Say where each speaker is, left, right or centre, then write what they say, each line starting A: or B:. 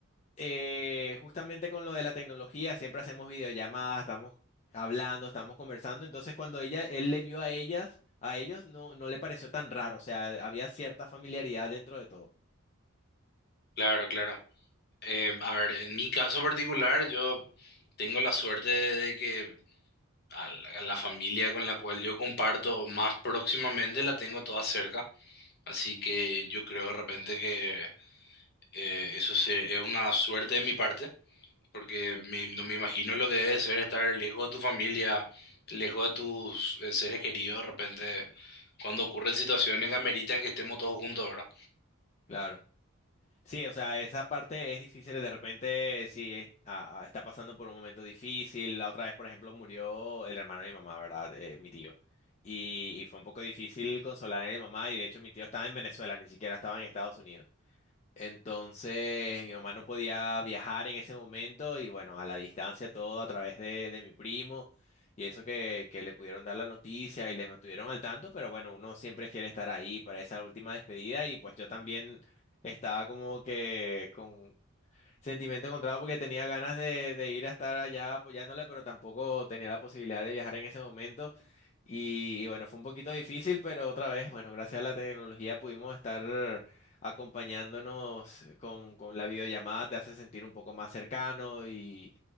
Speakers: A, on the left (about 30°); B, on the left (about 50°).
A: eh, justamente con lo de la tecnología siempre hacemos videollamadas, estamos hablando, estamos conversando. Entonces cuando ella, él le vio a ellas, a ellos no, no le pareció tan raro. O sea, había cierta familiaridad dentro de todo.
B: Claro, claro. Eh, a ver, en mi caso particular, yo tengo la suerte de, que a la, a la familia con la cual yo comparto más próximamente la tengo toda cerca. Así que yo creo de repente que eh, eso se- es una suerte de mi parte Porque me- no me imagino lo que debe ser estar lejos de tu familia, lejos de tus eh, seres queridos de repente, cuando ocurren situaciones que ameritan que estemos todos juntos, ¿verdad?
A: Claro. Sí, o sea, esa parte es difícil. De repente, si es- a- a- está pasando por un momento difícil. La otra vez, por ejemplo, murió el hermano de mi mamá, ¿verdad? Eh, mi tío. Y, y fue un poco difícil consolar a mi mamá. Y de hecho, mi tío estaba en Venezuela, ni siquiera estaba en Estados Unidos. Entonces mi mamá no podía viajar en ese momento y bueno, a la distancia todo a través de, de mi primo y eso que, que le pudieron dar la noticia y le mantuvieron al tanto, pero bueno, uno siempre quiere estar ahí para esa última despedida y pues yo también estaba como que con, Sentimiento encontrado porque tenía ganas de, de ir a estar allá apoyándole, pero tampoco tenía la posibilidad de viajar en ese momento. Y, y bueno, fue un poquito difícil, pero otra vez, bueno, gracias a la tecnología pudimos estar acompañándonos con, con la videollamada, te hace sentir un poco más cercano y,